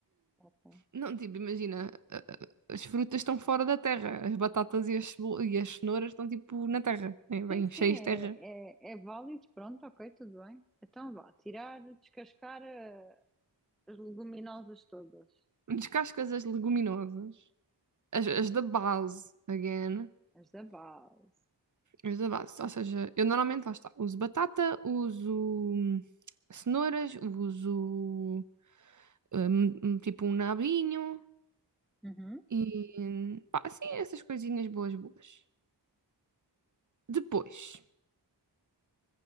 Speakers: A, in the centre; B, on the right.
A: Ok.
B: Não, tipo, imagina, a- a- as frutas estão fora da terra, as batatas e as, cebo- e as cenouras estão tipo na terra, né? Bem
A: Sim, sim,
B: cheias de terra.
A: é, é, é válido, pronto, ok, tudo bem. Então vá, tirar, descascar eh, as leguminosas todas,
B: Descascas as leguminosas, as, as
A: sim,
B: da base, again.
A: as da base.
B: Os da base. Ou seja, eu normalmente, lá está, uso batata, uso hum, cenouras, uso hum, hum, tipo um nabinho
A: Uhum.
B: e pá, assim, essas coisinhas boas, boas. Depois,